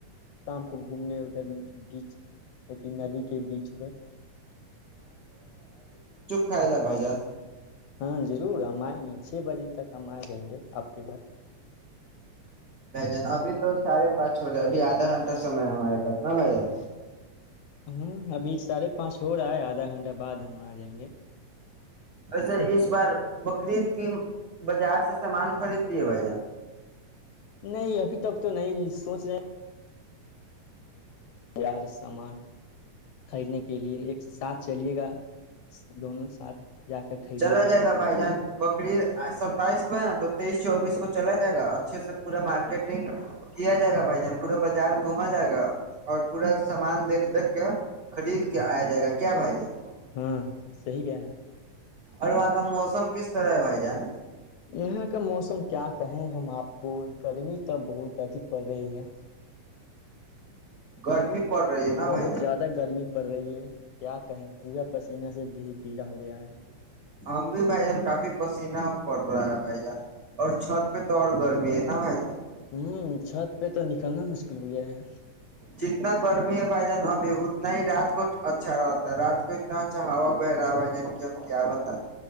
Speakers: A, on the left (about 75°); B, on the right (about 65°).
A: شام کو گھومنے ادھر بیچتی ندی کے بیچ ب
B: کائے جا بھ جان
A: ہاں ضرور ہم آئے چھ بجے تک ہم آ جائیں گے آپ کے گھر
B: جان ابھی تو ساھے پانچ <unintelligible> چھو رہے اب آدھا گھنٹہم ہے ہمارے پس نا بھائی <unintelligible>
A: ہاں ابھی ساھے پانچ ہو رہا ہے آج آدھا گھنٹہ بعد ہم آ جائیں گے <unintelligible>
B: ایسے اس بار بکریید کی بازار سے سامان خرید لیے بھائی
A: نہیں ابھی تک تو نہیں سوچ رہے تیار سامان خریدنے کے لیے ایک ساتھ چلیے گا دونوں ساتھ <unintelligible> خریدنے
B: چلا
A: کے
B: جائے گا بھائی جان بقرریید ستائیس نا تو تیئیس چوبیس کو چلا جائے گا اچھے سے پورا مارکیٹنگ کیا جائے گا بھائی جان پورا بازار گھوما جائے گا اور پورا سامان دیکھ <unintelligible> اک خلید <unintelligible> آیا جائے گا کیا بھائی ج <unintelligible>
A: ہاں صی کیا ہے <unintelligible>
B: اور وہاں کا موسم کس طرح ہے بھائی جان
A: یہاں کا موسم کیا کہیں ہم آپ کو گرمی تو بہت ادک پڑ رہی ہے
B: گرمی پڑ رہی ہے نا
A: بہت
B: بھائی جان
A: زیادہ گرمی پڑ رہی ہے کیا کہیں پورا پسینہ سے د کیلا ہو گیا ہے <unintelligible>
B: ہم بھی بھائی جان کافی پسینہ پڑ رہا ہے بھائی جان اور چھت پہ تو اور گرمی ہے نا بھائی جان <unintelligible>
A: ہوں چھت پہ تو نکلنا مشکل ہو گیا ہے
B: جتنا گرمی ہے بھائی جان ابھی اتنا ہی رات کو اچھا رہتا ہے رات کو اتنا اچھا ہا بہ رہا ہے بھائی جانب کیا بتا